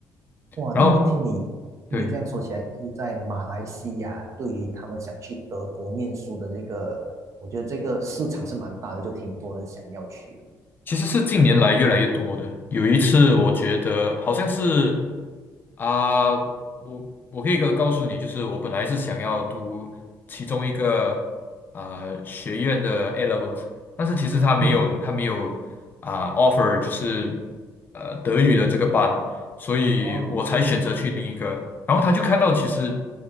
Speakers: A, on the right; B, on the left.
A: 哇，
B: 然后
A: 那么听你听你这样说起来，
B: 对，
A: 就是在马来西亚，对于他们想去德国念书的这个，我觉得这个市场是蛮大的，就挺多人想要去的。
B: 其实是近年来越来越多的。有一次我觉得好像是。啊，我我可以告告诉你，就是我本来是想要读其中一个呃学院的 A levels，但是其实他没有他没有啊、
A: 嗯，
B: offer 就是呃德语的这个班，所以我才选择去另一个。
A: 哦
B: 然后他就看到其实